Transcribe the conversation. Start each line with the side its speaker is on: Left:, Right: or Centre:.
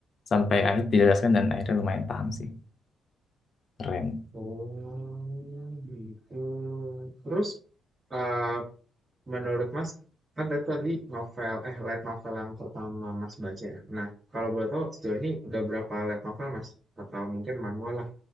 Left: sampai akhir dijelaskan dan akhirnya lumayan paham sih. Keren.
Right: Oh, gitu. Terus eh, Menurut Mas, kan tadi tadi novel, eh light novel yang pertama Mas baca ya. Nah, kalau boleh tahu sejauh ini udah berapa light novel Mas? Atau mungkin manual lah